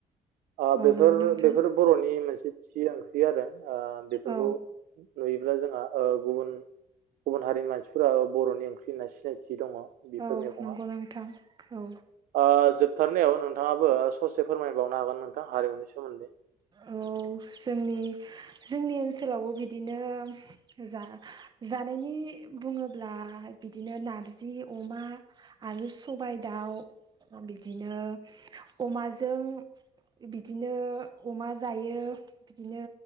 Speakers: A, on the right (about 80°); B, on the right (about 30°).
A: ओ
B: औ
A: बेफोर
B: नंगौ नोंथां
A: बेफोर बर'नि नि मोनसे थि ओंख्रि आरो ओ बेफोरखौ
B: औ
A: नुयोब्ला जोंहा ओ गुबुन गुबुन हारिनि मानसिफोरा बर'नि ओंख्रि होनना सिनायथि दङ बेफोर
B: औ
A: मैगङा
B: नंगौ नोंथां औ
A: ओ जोब थारनायाव नोंथाङाबो ससे फोरमायबावनो हागोन नोंथां हारिमुनि सोमोन्दै।
B: औ। औ जोंनि जोंनि ओनसोलावबो बिदिनो जा जानायनि नि बुङोब्ला बिदिनो नारजि अमा आरो सबाइ दाउ ओ बिदिनो अमाजों बिदिनो अमा जायो बिदिनो